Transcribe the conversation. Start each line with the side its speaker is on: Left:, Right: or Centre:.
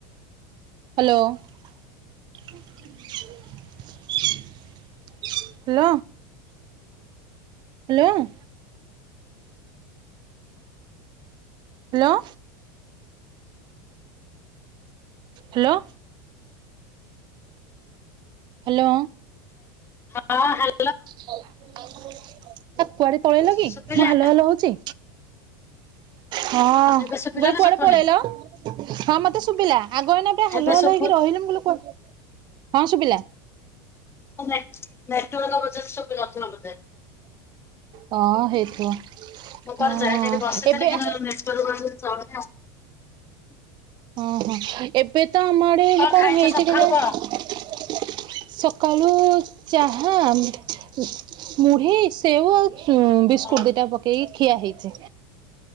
Right: hello hello hello hello hello hello
Left: ହଁ ହାଲ
Right: <inaudible> ଆ କୁଆଡେ ପଳେଇଲ କି
Left: ଶୁଭିଲା
Right: ମୁଁ ହାଲୋ ହାଲୋ ହଉଛି ହଁ-ଅ-ଅ
Left: ଏବେ ଶୁଭିଲା
Right: ମୁଁ
Left: ନା
Right: କହିଲି କୁଆଡେ
Left: ଶୁଭୁନି?
Right: ପଳେଇଲ ହଁ ମତେ ଶୁଭିଲା। ଆଗ ଏଇନା ପୁରା ହାଲୋ
Left: ଏବେ
Right: ହାଲୋ
Left: ଶୁଭୁ
Right: ହେଇ କି ରହିଲି ମୁଁ କହିଲି କୁଆ ହଁ ଶୁଭିଲା।
Left: ନେ ନେଟ୍ରୋଵାଲା ବ ଜ ସୁବୁ ନଥିବ ବୋଧେ
Right: ହଁ ହ ହେଇଥିବ
Left: ମୁଁ
Right: ହଁ
Left: କୁଆଡେ ଯାଇନିରେ ଏଠି ବସିଥିଲି
Right: ଏବେ
Left: କିନ୍ତୁ ନେଟୱର୍କ <unintelligible> <inaudible>
Right: ଓଁ ହଁ ଏବେ ତ ଆମ ଆଡେ କଣ
Left: ଖାଇଛ
Right: ହେଇଛି
Left: ସକାଳୁ
Right: କେଜାଣି
Left: କଣ?
Right: ସ କାଲୁ-ଉ-ଉ ଚାହା ମୁଢ଼ୀ, ସେଉ ଆଉ ହଁ ବିସ୍କୁଟ
Left: ହଁ
Right: ଦିଟା ପକେଇକି ଖିଆ ହେଇଛି।